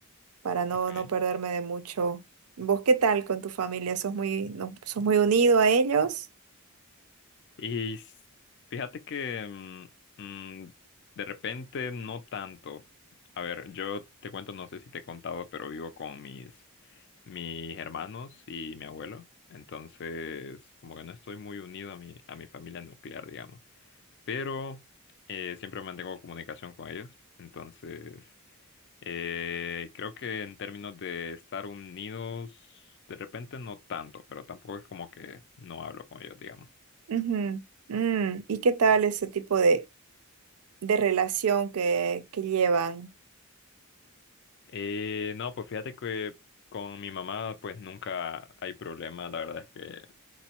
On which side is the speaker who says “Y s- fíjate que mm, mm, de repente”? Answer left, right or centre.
Left